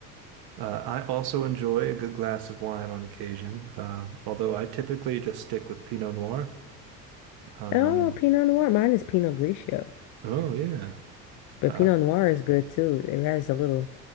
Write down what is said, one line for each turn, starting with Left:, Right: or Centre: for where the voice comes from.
Right: Uh, I also enjoy a good glass of wine on occasion, uh, although I typically just stick with Pinot Noir. Um,
Left: Oh, Pinot Noir. Mine is Pinot Grigio.
Right: oh yeah.
Left: But
Right: Uh,
Left: Pinot Noir is good too. It has a little